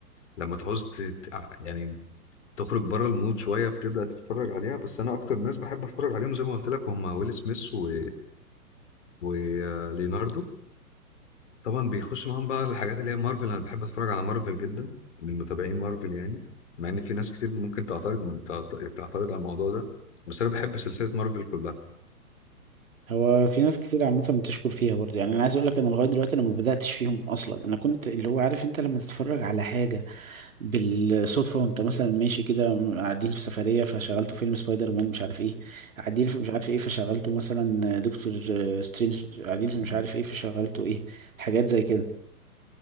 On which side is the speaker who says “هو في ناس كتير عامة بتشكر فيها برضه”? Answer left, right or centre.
Right